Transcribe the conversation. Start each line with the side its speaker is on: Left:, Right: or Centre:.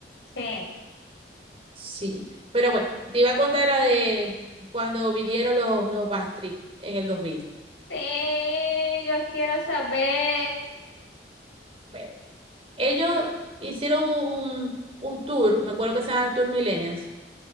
Left: Sí,
Right: Sí. Pero bueno, te iba a contar la de cuando vinieron los, los Backstreet en el dos mil
Left: sí, yo quiero saber.
Right: Bueno, ellos hicieron un, un tour, me acuerdo que se llama Tour Millennials.